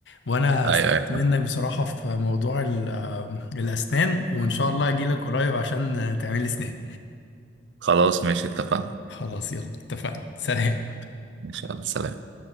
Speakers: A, on the left (about 80°); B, on the right (about 80°).
A: وأنا
B: ايوه
A: استفدت
B: ايوه
A: منك بصراحة في موضوع الأسنان وإن شاء الله أجيلك قريب عشان تعمل لي أسنان
B: خلاص ماشي اتفقنا
A: خلاص يلا اتفقنا سلام
B: ان شاء الله سلام